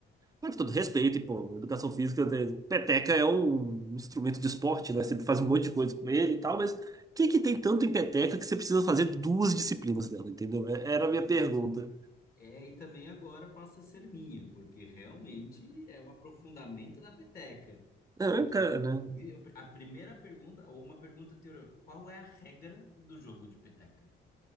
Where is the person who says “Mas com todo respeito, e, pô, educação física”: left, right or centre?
Right